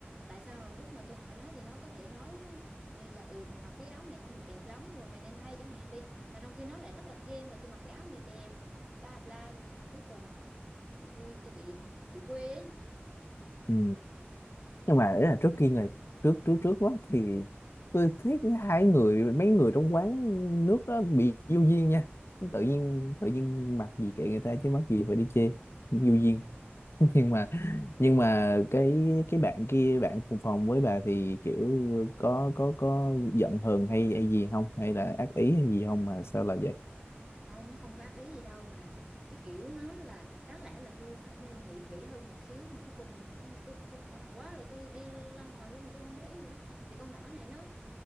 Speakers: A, on the right (about 20°); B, on the left (about 75°).
A: tại sao lúc mà tôi hỏi nó thì nó có thể nói là ừ mày mặc cái áo này không được đẹp lắm rồi mày nên thay chẳng hạn đi mà trong khi nó lại rất là khen là tôi mặc cái áo này đẹp bla bla là cuối cùng tôi tôi bị bị quê ấy
B: ừ. nhưng mà ý là trước kia ngày trước trước trước quá thì tôi thấy hai người mấy người trong quán nước đó bị vô duyên nha tự nhiên tự nhiên mặc gì kệ người ta chứ mắc gì phải đi chê vô duyên <laughs> nhưng mà nhưng mà cái cái bạn kia bạn cùng phòng với bà thì kiểu có có có giận hờn hay hay gì không hay là ác ý hay gì không mà sao là vậy
A: không nó không có ác ý gì đâu mà cái kiểu nó là đáng lẽ là tôi phải nên nghĩ kỹ hơn một xíu mà cuối cùng tôi tôi bận quá rồi tôi đi ra ngoài luôn mà tôi không để ý nữa thì con nhỏ này nó